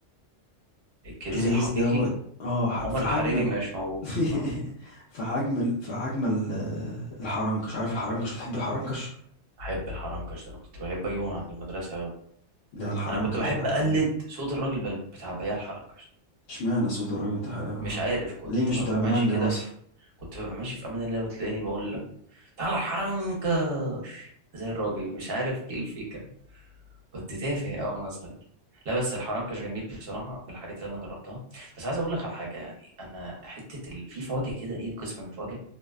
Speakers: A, on the right; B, on the left.
A: الكريزي
B: كريز
A: الحقيقي
B: دوت اه ح-
A: عمر
B: في
A: الحريري
B: حجم ال...
A: مش موجود
B: <laughs>
A: اه
B: في حجم ال... في حجم ال... الحرنكش عارف الحرنكش بتحب الحرنكش
A: بحب الحرنكش ده انا كنت بحب اجيبه من عند المدرسه أوي.
B: ده الحرنكش
A: انا كنت بحب
B: ده حكاية
A: اقلد صوت الراجل بل- بتاع بياع الحرنكش
B: اشمعنى صوت الراجل بتاع الحرنكش؟
A: مش عارف كنت
B: ليه مش
A: ببقى
B: بتاع المانجا
A: ماشي كده
B: مثلا
A: في كنت ببقى ماشي في امان الله وتلاقيني بقول لك تعالى الحرنكش زي الراجل مش عارف ايه الفكره كنت تافه قوي وانا صغير لا بس الحرنكش جميل بصراحه من الحاجات اللي انا جربتها بس عايز اقول لك على حاجه يعني انا حته ال... في فواكه كده ايه قسم من الفواكه